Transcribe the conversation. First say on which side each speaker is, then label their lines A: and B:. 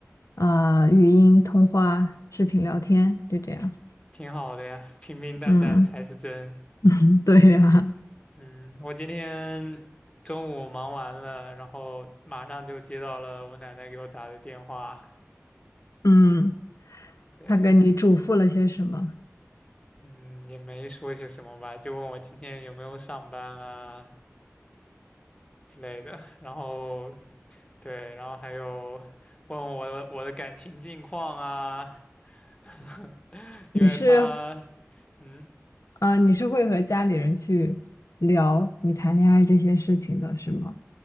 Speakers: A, on the left (about 80°); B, on the left (about 20°).
A: 呃，语音通话、视频聊天，就这样。
B: 挺好的呀，平平淡淡才是真。
A: 嗯，<laughs> 对呀，
B: 嗯，我今天中午忙完了，然后马上就接到了我奶奶给我打的电话。
A: 嗯，
B: 对，
A: 他跟你嘱咐了些什么？
B: 嗯，也没说些什么吧，就问我今天有没有上班啊之类的。然后对，然后还有问我的我的感情近况啊，<laughs> 因为她。
A: 你是，
B: 嗯，
A: 呃，你是会和家里人去聊你谈恋爱这些事情的，是吗？